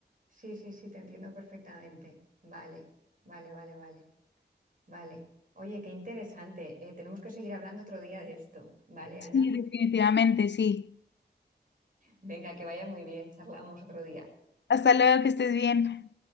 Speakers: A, on the right; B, on the left.
A: Sí, sí, sí, te entiendo perfectamente. Vale, vale, vale, vale, vale. Oye, qué interesante. Eh, tenemos que seguir hablando otro día de esto. Vale,
B: Sí,
A: Ana.
B: definitivamente, sí.
A: Venga, que vaya muy bien, charlamos otro día.
B: Hasta luego, que estés bien.